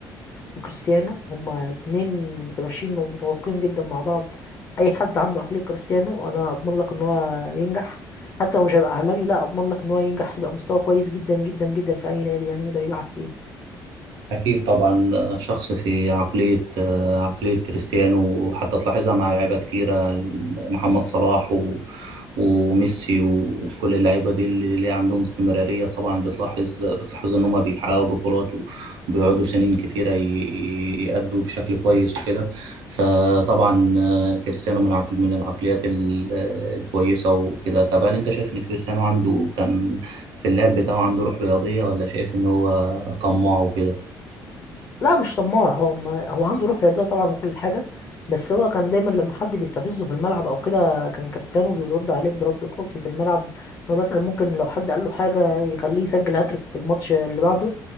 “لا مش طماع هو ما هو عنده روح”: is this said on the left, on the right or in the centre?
Left